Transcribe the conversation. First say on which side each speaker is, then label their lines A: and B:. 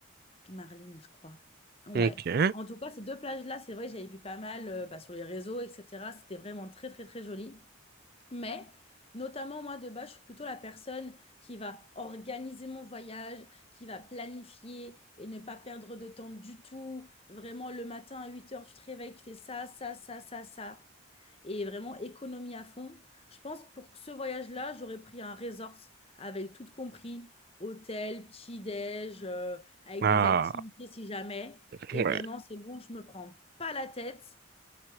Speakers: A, on the left (about 25°); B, on the right (about 45°).
A: Marlene, je crois. Ouais.
B: Ok.
A: En tout cas, ces deux plages-là, c'est vrai, que j'avais vu pas mal euh, bah, sur les réseaux, etc. C'était vraiment très, très, très joli. Mais, notamment, moi, de base, je suis plutôt la personne qui va organiser mon voyage, qui va planifier et ne pas perdre de temps du tout. Vraiment, le matin à 8 heures, tu te réveilles, tu fais ça, ça, ça, ça, ça et vraiment économie à fond. Je pense pour ce voyage-là, j'aurais pris un resort avec tout compris, hôtel, petit-déj, euh, avec
B: Ah.
A: des activités si jamais. Et
B: Ouais.
A: vraiment, c'est bon, je me prends pas la tête